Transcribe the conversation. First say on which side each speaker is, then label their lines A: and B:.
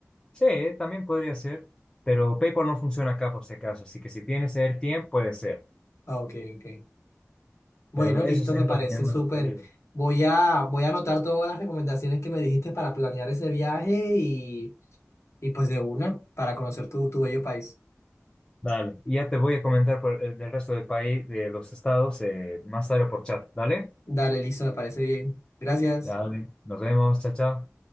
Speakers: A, on the left; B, on the left.
A: Sí, también podría ser, pero PayPal no funciona acá por si acaso, así que si tienes AirTiem, puede ser.
B: Ah, ok, ok. Bueno,
A: Pero
B: listo,
A: eso sería,
B: me parece
A: mi hermano
B: súper.
A: querido.
B: Voy a, voy a anotar todas las recomendaciones que me dijiste para planear ese viaje Y pues de una, para conocer tu, tu bello país.
A: Dale. Y ya te voy a comentar por el, del resto del país, de los estados, eh, más tarde por chat. Dale.
B: Dale, listo, me parece bien. Gracias.
A: Dale. Nos vemos. Chao, chao.